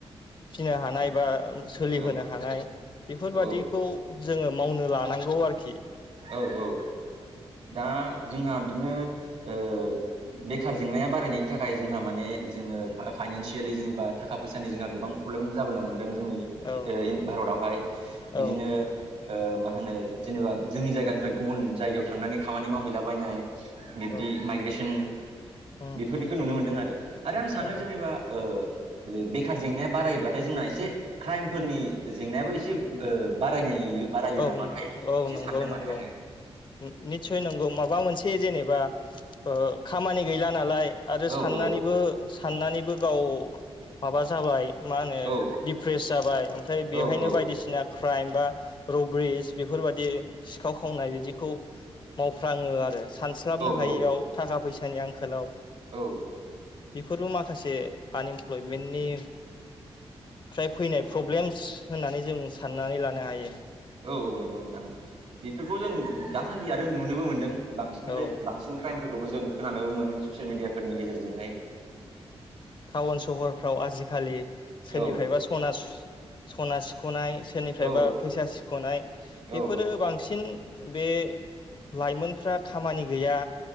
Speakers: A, on the left; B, on the right.
A: फिनो हानाय बा सोलिहोनो
B: औ
A: हानाय बेफोरबादिखौ
B: औ
A: जोङो मावनो लानांगौ आरोखि।
B: औ औ। दा जोंहा बिदिनो ओ बेखार जेंनाया बारायनायनि थाखाय जोंहा माने जोंओ फाय-फायनानसियेलि बा थाखा फैसानि जों गोबां फ्रब्लेम जाबोनो हमदों। जोंनि
A: औ
B: ओ इन भारतावहाय बिदिनो
A: औ
B: ओ मा होनो जेनेबा जोंनि जायगानिफ्राय गुबुन जायगायाव थांनानै खामानि मावहैलाबायनाय बिब्दि
A: औ
B: माइग्रेसन
A: उम
B: बेफोरनिखौ
A: उम
B: नुनो मोनदों आरो। आरो आं सानो
A: औ
B: जेनेबा ओ ओ बेखार जेंनाया बारायोब्लाथाय जोंना एसे क्राइमफोरनि जेंनायाबो एसे ओ बारायनाय बारायो
A: औ
B: नामाथाय बेखौ
A: औ
B: एसे सानदों
A: नंगौ नंगौ
B: माने आङो
A: निस्सय नंगौ माबा मोनसे जेनेबा ओ खामानि गैला नालाय आरो
B: औ
A: साननानैबो
B: औ
A: साननानैबो गाव माबा जाबाय मा होनो
B: औ औ
A: दिडप्रेस जाबाय ओमफ्राय
B: औ
A: बेहायनो बायदिसिना क्राइम बा रबेरिस बेफोरबायदि सिखाव खावनाय बिदिखौ मावफ्राङो आरो। सानस्लाबनो
B: औ
A: हायियाव थाखा फैसानि आंखालाव
B: औ।
A: बेफोरबो माखासे आनइमप्लयमेन्टनि फ्राय फैनाय प्रब्लेमस होननानै जों साननानै लानो हायो।
B: औ औ नंगौ नोंथां, बेफोरखौ जों दासान्दि आरो नुनोबो मोनदों। बांसिननिफ्राय
A: औ
B: बांसिन क्राइमफोरखौबो जों खोनानोबो मोनो ससियेल मिडियाफोरनि गेजेरजोंहाय।
A: टाउन सहरफ्राव आजिखालि सोरनिफ्रायबा
B: औ
A: सना सुस सना सिख ख'नाय सोरनिफ्रायबा
B: औ
A: फैसा सिख'नाय।
B: औ
A: बेफोरो बांसिन बे लाइमोनफ्रा खामानि गैया